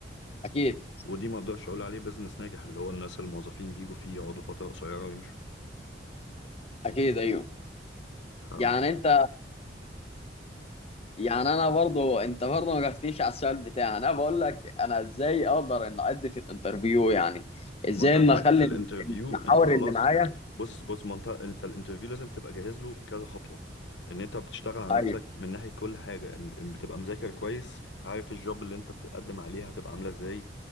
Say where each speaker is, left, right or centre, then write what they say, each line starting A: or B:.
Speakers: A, on the left; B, on the left.
A: اكيد
B: ودي ما اقدرش اقول عليه بيزنس ناجح اللي هو الناس الموظفين بيجوا فيه يقعدوا فترة قصيرة ويمشوا
A: اكيد ايوه
B: ف-
A: يعني انت يعني انا برضو انت برضو ما جاوبتنيش على السؤال بتاعي انا بقول لك انا ازاي اقدر ان ادي في الانترفيو يعني ازاي
B: ما انت هتأدي
A: ان اخلي
B: في الانترفيو
A: المحاور
B: انت خلاص
A: اللي معايا
B: بص بص ما انت انت الانترفيو لازم تبقى جاهز له بكذا خطوة ان انت بتشتغل على
A: ايوه
B: نفسك من ناحية كل حاجة ان ان بتبقى مذاكر كويس عارف الجوب اللي انت بتقدم عليها هتبقى عاملة ازاي